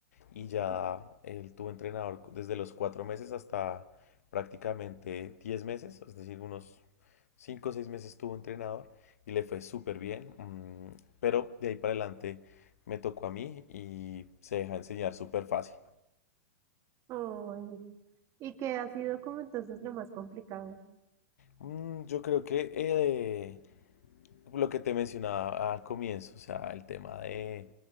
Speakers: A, on the left; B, on the right.
A: y ya
B: Mm.
A: él tuvo entrenador desde los cuatro meses hasta prácticamente 10 meses, es decir, unos 5 o 6 meses tuvo entrenador y le fue súper bien, mm, pero de ahí para adelante me tocó a mí y se deja enseñar súper fácil.
B: Ay, ¿y qué ha sido como entonces lo más complicado?
A: Mm, Yo creo que eh, Lo que te mencionaba al comienzo, o sea, el tema de,